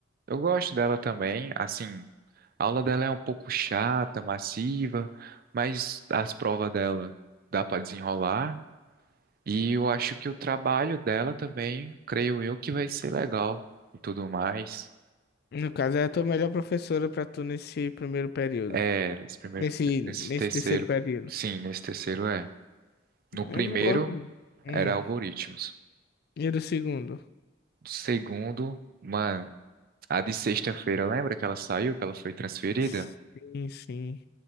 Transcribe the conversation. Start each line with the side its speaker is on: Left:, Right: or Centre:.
Right: eu gosto dela também, assim, a aula dela é um pouco chata, massiva, mas as provas dela dá para desenrolar, e eu acho que o trabalho dela também, creio eu, que vai ser legal e tudo mais.
Left: No caso, é a tua melhor professora pra tu nesse primeiro período.
Right: É, nesse primeiro,
Left: Nesse, nesse
Right: nesse terceiro,
Left: terceiro período.
Right: sim, nesse terceiro é. No
Left: Eu
Right: primeiro
Left: não gosto. Hum.
Right: era algoritmos.
Left: E do segundo?
Right: No segundo, mano, a de sexta-feira, lembra que ela saiu, que ela foi transferida?
Left: Sim, sim.